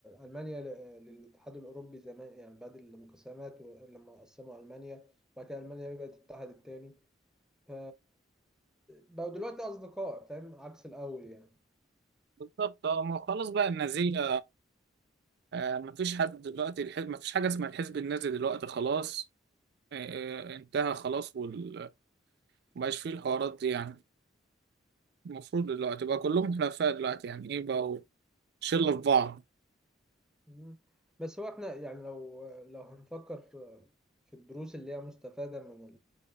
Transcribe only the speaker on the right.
بالظبط اه ما هو خلاص بقى النازيه آه مفيش حد دلوقتي الحزب مفيش حاجه اسمها الحزب النازي دلوقتي خلاص آه آه انتهى خلاص وال... مبقاش فيه الحوارات دي يعني المفروض دلوقتي بقى كلهم حلفاء دلوقتي يعني ايه بقوا شلة في بعض